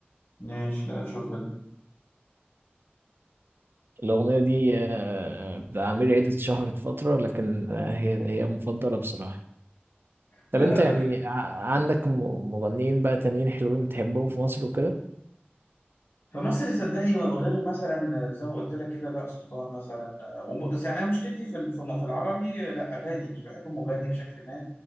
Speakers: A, on the left; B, on the right.
A: ماشي لا اشوفها دي
B: الاغنيه دي آه، بتاع عمير عيد اتشهرت فتره لكن آه، هي هي مفضله بصراحه
A: لا
B: طب انت
A: لا الراجل
B: يعني
A: جامد
B: ع- عندك م- مغنيين بقى تانيين حلوين بتحبهم في مصر وكده
A: فمصر صدقني غير مثلا زي ما قلت لك كده بقى سلطان مثلا آه، وم- يعني أنا مشكلتي في الف- في العربي لا اغاني مش بحب مغني بشكل ما